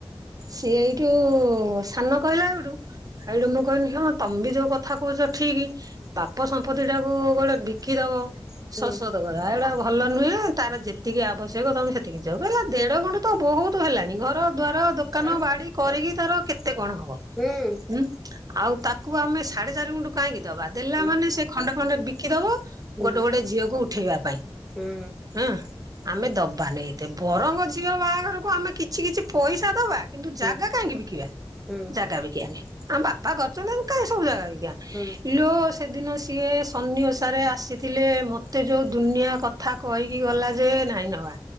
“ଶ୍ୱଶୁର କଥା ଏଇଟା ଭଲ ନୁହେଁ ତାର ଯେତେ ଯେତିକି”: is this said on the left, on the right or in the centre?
Right